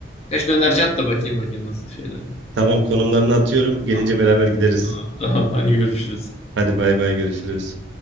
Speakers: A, on the left (about 35°); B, on the right (about 70°).
A: Kaç dönerci at da bakayım bakayım nasıl şeyler.
B: Tamam konumlarını atıyorum. Gelince
A: Tamam.
B: beraber gideriz.
A: Tamam. Tamam. Hadi görüşürüz.
B: Hadi bay bay görüşürüz.